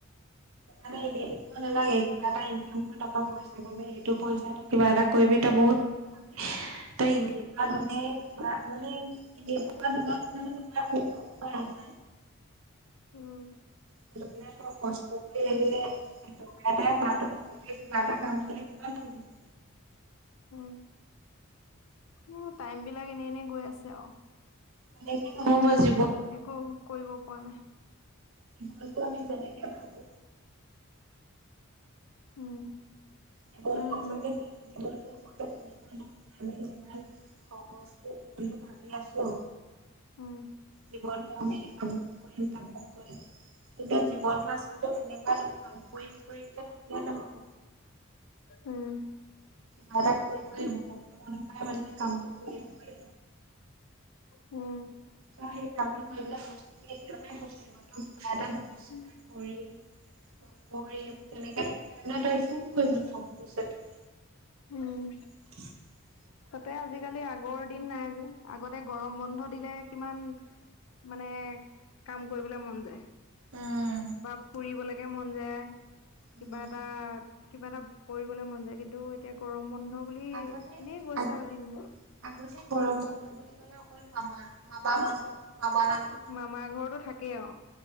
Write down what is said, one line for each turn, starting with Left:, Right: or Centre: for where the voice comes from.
Right: মানে এনে থাকিব নালাগে এইকে কিবা এটা ইনকাম কৰ তাপৰা পইচা পাবি সেইটো পইচা তই কিবা এটা কৰিবি তই বহুত তই এনেকুৱা ধৰণে কিবা মানে এনেকুৱা ধৰণৰ ডিজাইনৰ বস্তুবিলাক
Left: উম
Right: <unintelligible> পকৰি লাগিলে এটকা এটাই পাও তই সেইটোৱে কিবা এটা কাম কৰিলে কিমান ফূৰ্তি পাবি
Left: উম উম টাইম বিলাক এনে এনে গৈ আছে আৱ
Right: তেনেকে নহব জীৱন
Left: একো কৰিব পোৱা নাই
Right: সেতুটো আমি যেনেকে ভাবো
Left: উম
Right: জীৱনটো
Left: উম
Right: আচলতে যে জীৱনটো আচলতে তেনেকুৱা নহয় আমি যিমান সহজকে জীৱনটো ভাবি আছো
Left: উম
Right: জীৱনটো আমি অমুক কৰিম তামুক কৰিম কিন্তু জীৱনটো আচলতে তেনেকুৱা নহয়, কৰিম কৰিম কে থাকিলে নহব।
Left: উম
Right: কিবা এটা কৰিবই লাগিব বৰ্তমানৰ পৰাই মানে কামটো কৰি লবই লাগিব
Left: উম
Right: ত সেই কামটো কৰিবলেৰ প্ৰস্তুতি এতিয়া পৰাই কৰিব লাগিব তোৰ কিবা এটা ভৱিষ্যত
Left: উম
Right: এটা কৰিম নকৰিম তেনেকে থাকিলে মানে তই একো কৰিব নোৱাৰ ভৱিষ্যতটো
Left: উম
Right: <unintelligible>
Left: তাতে আজিকালি আগৰ দিন নাই যে আগতে গৰম বন্ধ দিলে কিমান মানে কাম কৰিবলে মন যায়
Right: উম
Left: বা ফুৰিবলেকে মন যায়
Right: উম
Left: কিবা এটা কিবা এটা কৰিবলে মন যায় কিন্তু এতিয়া গৰম বন্ধ বুলি
Right: আগতে
Left: এনেই গৈছে
Right: আগ
Left: আৰু দিনবোৰ
Right: আগতে গৰম বন্ধ বুলি কলে অকল মামা, মামা মনটো মামা নাম
Left: মামাৰ ঘৰতো থাকেই আও